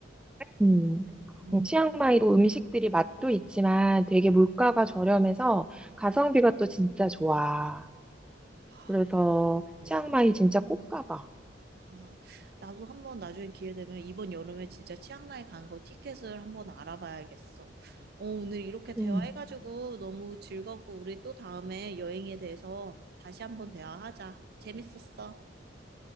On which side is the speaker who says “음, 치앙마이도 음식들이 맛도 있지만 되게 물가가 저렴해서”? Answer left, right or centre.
Centre